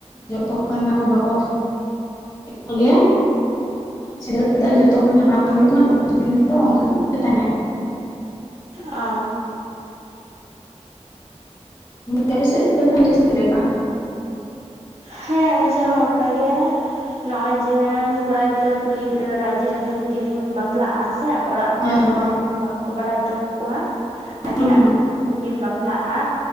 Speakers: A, on the left; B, on the right.
A: ᱡᱚᱛ ᱡᱛᱚᱠᱷᱚᱱᱟᱠᱚ ᱵᱟᱠᱚ ᱠᱚ ᱞᱟᱹᱭᱟ ᱥᱮᱸᱫᱽᱨᱟᱹᱫᱟᱱ ᱡᱚᱛᱚ ᱠᱷᱚᱱᱟᱜ ᱵᱟᱝ ᱦᱩᱭᱩᱜ ᱠᱟᱱᱟ ᱛᱚ ᱫᱤᱱ ᱫᱚ ᱚᱱᱠᱟᱱᱟᱜ ᱜᱮ ᱛᱟᱦᱮᱱᱟ ᱾
B: ᱚ ᱾
A: ᱦ ᱟᱯᱮᱥᱮᱫ ᱫᱚ ᱛᱟᱦᱮᱞᱮ ᱪᱮᱫ ᱞᱮᱠᱟ?
B: ᱦᱮᱸ ᱟᱞᱮᱥᱮ ᱦᱚᱸ ᱚᱱᱠᱟ ᱜᱮ ᱾ ᱱᱚᱜ ᱚᱭ ᱡᱮ ᱠᱚᱲᱟ ᱜᱤᱫᱽᱨᱟᱹ ᱠᱩᱲᱤ ᱜᱤᱫᱽᱨᱟᱹ ᱨᱟᱡᱤ ᱨᱟᱡᱟ ᱛᱮᱠᱤᱱ ᱵᱟᱯᱞᱟᱜᱼᱟ ᱥᱮ ᱚᱲᱟᱜ ᱦᱚᱲ
A: ᱦᱮᱸ
B: ᱫᱚ ᱵᱟᱝ ᱵᱟᱝᱠᱚ ᱵᱟᱰᱟᱭ ᱦᱚᱪᱚ ᱠᱚᱣᱟ ᱟᱹᱠᱤᱱᱟᱜ
A: ᱦᱩᱸ
B: ᱠᱩᱥᱤ ᱛᱮᱠᱤᱱ ᱵᱟᱯᱞᱟᱜᱼᱟ